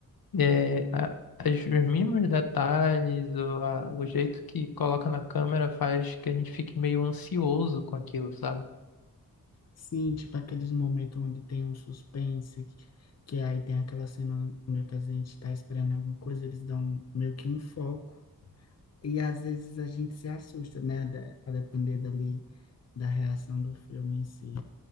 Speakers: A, on the left; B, on the left.
A: É, a- as- os mínimos detalhes, ou a- o jeito que coloca na câmera faz que a gente fique meio ansioso com aquilo, sabe?
B: Sim, tipo aqueles momentos onde tem um suspense, que aí tem aquela cena meio que a gente tá esperando alguma coisa, eles dão meio que um foco. E às vezes a gente se assusta, né? da- A depender dali da reação do filme em si.